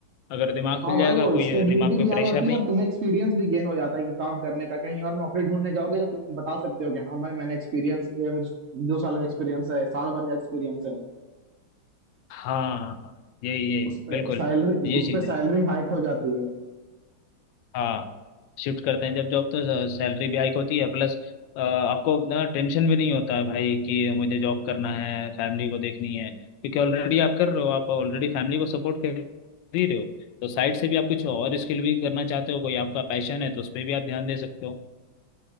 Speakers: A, on the left; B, on the right.
A: अगर दिमाग
B: हाँ
A: खुल
B: भाई
A: जाएगा
B: वो
A: कोई
B: स्टेबिलिटी
A: दिमाग पे
B: भी आ
A: प्रेशर
B: जाती
A: नहीं
B: है और तुम्हें एक्सपीरियंस भी गेन हो जाता है कि काम करने का कहीं और नौकरी ढूंढने जाओगे तो तुम बता सकते हो कि हाँ भाई मैंने एक्सपीरियंस मुझे दो साल का एक्सपीरियंस है साल भर का एक्सपीरियंस है
A: हाँ यही यही
B: उस पे
A: बिल्कुल
B: सैलरी
A: ये
B: उस
A: चीज़
B: पे सैलरी
A: है
B: हाइक हो जाती है
A: हाँ शिफ्ट करते हैं जब जॉब तो सैलरी भी हाइक होती है प्लस अ, आपको ना टेंशन भी नहीं होता है भाई कि मुझे जॉब करना है फैमिली को देखनी है क्योंकि ऑलरेडी आप कर रहे हो आप ऑलरेडी फैमिली को सपोर्ट कर दे रहे हो तो साइड से भी आप कुछ और स्किल भी करना चाहते हो कोई आपका पैशन है तो उस पर भी आप ध्यान दे सकते हो